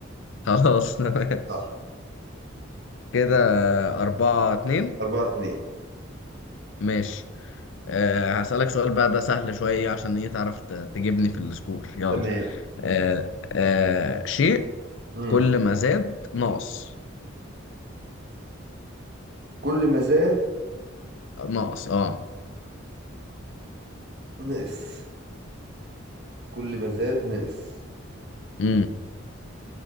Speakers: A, on the left; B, on the right.
A: خلاص تمام
B: صح
A: كده أربعة اتنين
B: أربعة اتنين
A: ماشي آه هسألك سؤال بقى ده سهل شوية عشان إيه تعرف ت- تجيبني في السكور يلا
B: تمام
A: آه آه شيء
B: امم
A: كل ما زاد ناقص
B: كل ما زاد
A: ناقص اه
B: نقص كل ما زاد نقص
A: امم